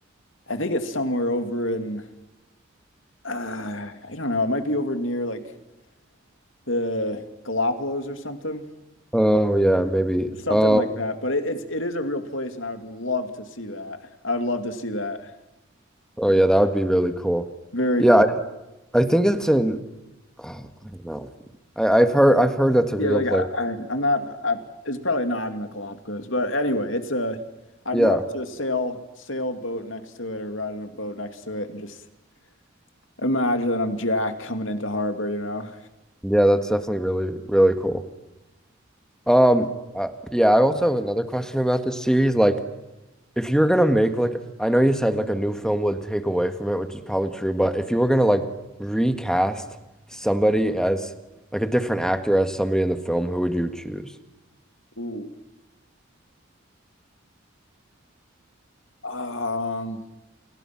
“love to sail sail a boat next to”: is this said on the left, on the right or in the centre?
Left